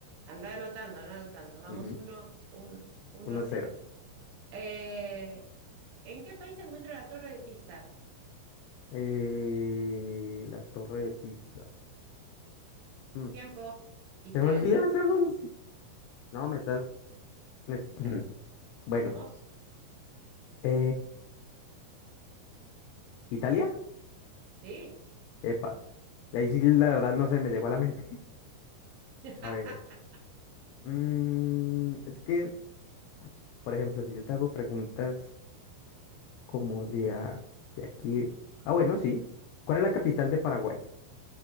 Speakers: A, on the right; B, on the left.
A: Anda anotando, anda anotando. Vamos,
B: Ujú,
A: uno, un- uno
B: 1-0.
A: a cero. Eh, ¿en qué país se encuentra la Torre de Pisa?
B: Eh, la torre de pizza. Mm,
A: Tiempo. Italia.
B: Se me olvidó <laughs> hacer unos- No, me estás. me es-
A: Italia.
B: ujú, Bueno.
A: Vamos.
B: Eh, ¿Italia?
A: Sí.
B: Epa. De ahí sí, la verdad, no se me llegó a la mente. <laughs>
A: <laughs>
B: A ver. mm, es que, por ejemplo, si yo te hago preguntas. Como de, a- de aquí. Ah, bueno, sí. ¿Cuál es la capital de Paraguay?